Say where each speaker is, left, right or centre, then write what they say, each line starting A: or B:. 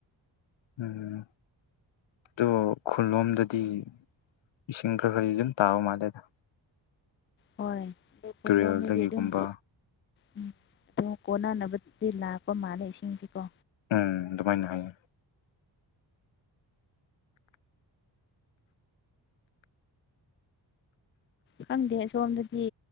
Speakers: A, on the left; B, on the left.
A: ꯎꯝ ꯑꯣ ꯈꯨꯜꯂꯣꯝꯗꯗꯤ ꯏꯁꯤꯡ ꯈꯔ ꯈꯔꯗꯤ ꯑꯗꯨꯝ ꯇꯥꯕ ꯃꯥꯜꯂꯦꯗ
B: ꯍꯣꯏ ꯑꯗꯨ ꯈꯨꯜꯂꯣꯝꯗꯗꯤ
A: ꯇꯨꯔꯦꯜꯗꯒꯤꯒꯨꯝꯕ
B: ꯑꯗꯨꯝ ꯎꯝ ꯑꯗꯨ ꯀꯣꯟꯅꯅꯕꯗꯤ ꯂꯥꯛꯄ ꯃꯥꯜꯂꯦ ꯏꯁꯤꯡꯁꯤꯀꯣ
A: ꯎꯝ ꯑꯗꯨꯃꯥꯏꯅ ꯍꯥꯏꯌꯦ
B: ꯈꯪꯗꯦ ꯁꯣꯝꯗꯗꯤ